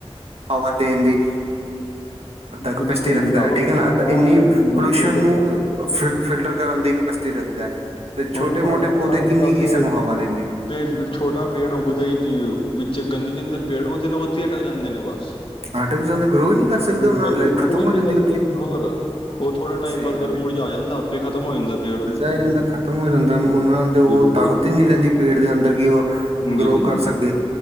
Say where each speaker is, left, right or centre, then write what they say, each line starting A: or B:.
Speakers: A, on the right (about 70°); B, on the left (about 55°).
A: ਹਵਾ ਦੇਣ ਦੀ
B: <unintelligible>
A: ਕਪੈਸਿਟੀ ਰੱਖਦਾ
B: ਆਹੋ
A: ਹੈ ਠੀਕ ਹੈ
B: ਹਾਂ
A: ਨਾ
B: ਹਾਂ
A: ਇੰਨੀ
B: ਆਕਸੀਜਨ ਬਿਲਕੁਲ
A: ਪੋਲਿਊਸ਼ਨ
B: ਸਹੀ
A: ਨੂੰ
B: ਗੱਲ ਆ
A: ਫਿਲਟਰ ਕਰਨ ਦੀ ਕਪੈਸਿਟੀ ਰੱਖਦਾ ਹੈ ਤੇ ਛੋਟੇ
B: ਹੁਣ
A: ਮੋਟੇ
B: ਭਾਜੀ
A: ਪੌਦੇ
B: ਅੱਜ
A: ਕਿੰਨੀ
B: ਕੱਲ
A: ਕੀ
B: ਤੇ
A: ਸਾਨੂੰ ਹਵਾ ਦੇਣਗੇ
B: ਪੇੜ ਛੋਟਾ ਪੇੜ ਉੱਗਦਾ ਹੀ ਨੀ ਵਿੱਚ ਗੰਦਗੀ ਅੰਦਰ ਪੇੜ ਉੱਗਦੇ ਨੇ ਉਥੇ ਹੀ ਅਟਕ ਜਾਂਦੇ ਨੇ ਬਸ
A: ਆਰਟੀਫਿਸ਼ਲ ਦੇ ਗਰੋ ਹੀ ਨਹੀਂ ਕਰ ਸਕਦੇ
B: ਬਿਲਕੁਲ
A: ਉਹਨਾਂ ਦੀ ਲਾਈਫ ਖਤਮ
B: ਹੀ
A: ਹੋ
B: ਨਹੀਂ
A: ਜਾਂਦੀ
B: ਵਰਤੇ
A: ਉੱਥੇ ਹੀ।
B: ਹੋਰ ਉਹ ਥੋੜੇ ਟਾਈਮ
A: ਸਹੀ
B: ਬਾਦ ਫਿਰ
A: ਗੱਲ
B: ਮੁਰਝਾ ਜਾਂਦਾ ਆਪੇ ਖਤਮ ਹੋ ਜਾਂਦਾ ਪੇੜ ਹੋ
A: <unintelligible> ਖ਼ਤਮ ਹੋ ਜਾਂਦਾ ਉਹਨਾਂ ਤੇ ਉਹ
B: ਬਿਲਕੁਲ
A: ਤਾਕਤ ਹੀ ਨਹੀਂ ਰਹਿੰਦੀ ਪੇਟ ਦੇ ਅੰਦਰ ਕਿ ਉਹ
B: ਹਾਂਜੀ
A: ਗਰੋ
B: ਹਾਂਜੀ
A: ਕਰ ਸਕੇ